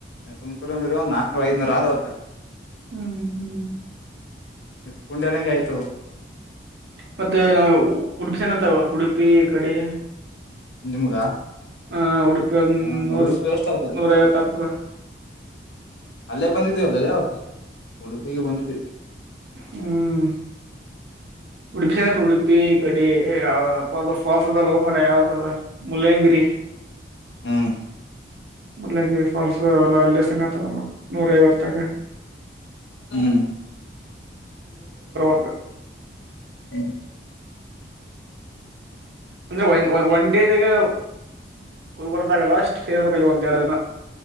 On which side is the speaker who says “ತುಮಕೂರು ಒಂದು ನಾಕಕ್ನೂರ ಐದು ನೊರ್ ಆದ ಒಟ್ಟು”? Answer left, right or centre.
Left